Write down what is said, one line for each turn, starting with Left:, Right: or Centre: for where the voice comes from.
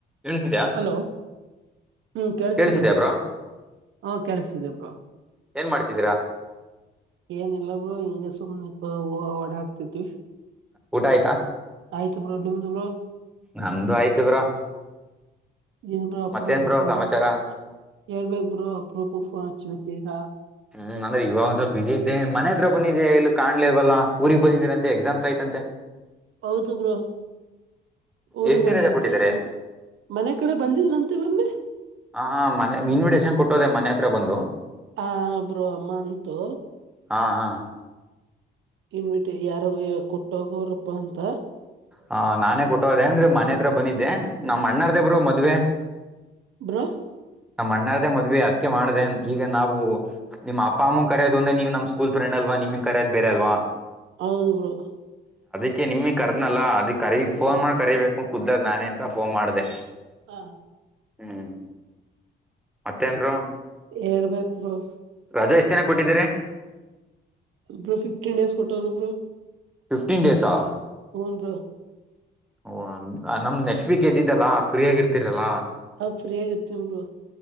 Centre: ಕೇಳಿಸಿದ್ಯಾ
Right: hello ಹ್ಮ್ ಕೇಳಿಸ್ತಿದೆ
Centre: ಕೇಳಿಸಿದ್ಯಾ
Right: ಬ್ರೊ
Centre: ಬ್ರೋ
Right: ಹಾ ಕೇಳಿಸ್ತಿದೆ ಬ್ರೊ
Centre: ಏನ್ ಮಾಡ್ತಿದ್ದೀರಾ
Right: ಏನ್ ಇಲ್ಲ ಬ್ರೊ ಹಿಗೆ ಸುಮ್ನೆ ಒ ಓಡಾಡ್ತಿದ್ವಿ
Centre: ಊಟ ಆಯ್ತಾ
Right: ಆಯ್ತು ಬ್ರೋ ನಿಮ್ದು ಬ್ರೋ
Centre: ನಮ್ದು ಆಯ್ತು ಬ್ರೋ
Right: ನ್ರು ಅಪರೂಪಕ್
Centre: ಮತ್ತೇನ್ ಬ್ರೋ
Right: ಫೋನ್
Centre: ಸಮಾಚಾರ
Right: ಹೇಳ್ಬೇಕ್ ಬ್ರೊ ಅಪರೂಪಕ್ ಫೋನ್ ಹಚ್ಚಿ ಬಿಟ್ಟಿರ
Centre: ಹ್ಮ್ ಅಂದ್ರೆ ಇವಾಗಂದ್ಸ ಬಿಸಿ ಇದ್ದೆ ಮನೆ ಹತ್ರ ಬಂದಿದ್ದೆ ಎಲ್ಲೂ ಕಾಣ್ಲಿಲ್ವಲ್ಲ ಊರಿಗ್ ಬಂದಿದೀರಂತೆ ಎಕ್ಸಾಮ್ಸ್ ಆಯ್ತಂತೆ
Right: ಹೌದು ಬ್ರೋ ಊರ್ಗ್
Centre: ಎಷ್ಟ್ ದಿನ
Right: ಬಂದಿದ್ದೆ
Centre: ರಜಾ ಕೊಟ್ಟಿದ್ದಾರೆ
Right: ಮನೆ ಕಡೆ ಬಂದಿದ್ರಂತೆ ಮೊನ್ನೆ
Centre: ಹಾ ಹಾ ಮನೆ ಇನ್ವಿಟೇಶನ್ ಕೊಟ್ಟೋದೆ ಮನೆ ಹತ್ರ ಬಂದು
Right: ಹ ಬ್ರೊ ಅಮ್ಮಂತು
Centre: ಹಾ ಹಾ
Right: ಇನ್ವಿಟ್ ಯಾರಗೆ ಕೊಟ್ಟೋಗೋರಪ್ಪಾ ಅಂತ.
Centre: ಹ ನಾನೇ ಕೊಟ್ಟೋದೆೇ ಅಂದ್ರೆ ಮನೆ ಹತ್ರ ಬಂದಿದ್ದೆ ನಮ್ಮ್ ಅಣ್ಣಾರ್ದೇ ಬ್ರೊ ಮದ್ವೆ.
Right: ಬ್ರೊ.
Centre: ನಮ್ ಅಣ್ಣರ್ದೇ ಮದ್ವಿ ಅದ್ಕೆ ಮಾಡ್ದೆ ಈಗ ನಾವು ನಿಮ್ಮ ಅಪ್ಪ ಅಮ್ಮ ಕರೆಯೋದು ಒಂದೆ ನೀವು ನಮ್ಮ್ ಸ್ಕೂಲ್ ಫ್ರೆಂಡ್ ಅಲ್ವಾ. ನಿಮ್ ಕರದ್ ಬೇರೆ ಅಲ್ವಾ.
Right: ಹೌದು ಬ್ರೋ.
Centre: ಅಕೆ ನಿಮಿಗ್ ಕರ್ದನಲ್ಲ ಅದಿ ಕರಿ ಫೋನ್ ಮಾಡ್ ಕರಿಬೇಕು ಕುದ್ದಾಗಗ್ ನಾನೇ ಅಂತ ಫೋನ್ ಮಾಡ್ದೆ.
Right: ಹಾ.
Centre: ಹ್ಮ್ ಮತ್ತೇನ್ ಬ್ರೊ.
Right: ಹೇಳ್ಬೇಕ್ ಬ್ರೋ.
Centre: ಅದೆ ಎಷ್ಟ್ ದಿನ ಕೊಟ್ಟಿದ್ದರೆ,
Right: ಬ್ರೊ ಫಿಫ್ಟೀನ್ ಡೇಸ್ ಕೊಟ್ಟೋರೆ ಬ್ರೊ
Centre: ಫಿಫ್ಟೀನ್ ಡೇಸಾ.
Right: ಹುನ್ ಬ್ರೊ.
Centre: ಓ ನಮ್ ನೆಕ್ಸ್ಟ್ ವೀಕ್ ಎದ್ದಲ್ಲಾ ಫ್ರೀಯಾಗ್ ಇರ್ತೀರಲ್ಲಾ.
Right: ಹ ಫ್ರೀಯಾಗ್ ಇರ್ತೀನ್ ಬ್ರೊ.